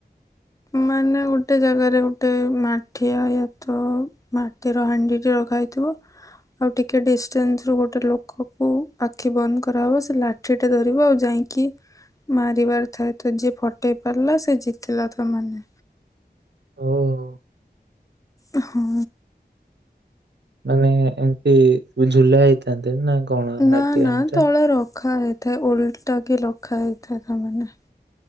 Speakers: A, on the left (about 20°); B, on the right (about 85°).
A: ମାନେ ଗୋଟେ ଜାଗାରେ ଗୋଟେ ମାଠିଆ ୟା ତ ମାଟିର ହାଣ୍ଡି ଟିଏ ରଖା ହେଇଥିବ। ଆଉ ଟିକେ ଡିଷ୍ଟାନ୍ସ ରୁ ଗୋଟେ ଲୋକକୁ ଆଖି ବନ୍ଦ କରାହେବ, ସେ ଲା ଲାଠି ଟିଏ ଧରିବ ଆଉ ଯାଇକି ମାରିବାର ଥାଏ, ତ ଯିଏ ଫଟେଇ ପାରିଲା ସେ ଜିତିଲା ତା ମାନେ।
B: ଓହୋ!
A: ହଁ।
B: ମାନେ ଏମିତି ଝୁଲା ହେଇଥାନ୍ତେ ନା କଣ
A: ନା
B: ମାଟି
A: ନା
B: ହାଣ୍ଡି ଟା?
A: ତଳେ ରଖା ହୋଇ ଥାଏ। ଓଲଟା କି ରଖା ହୋଇଥାଏ ତା ମାନେ।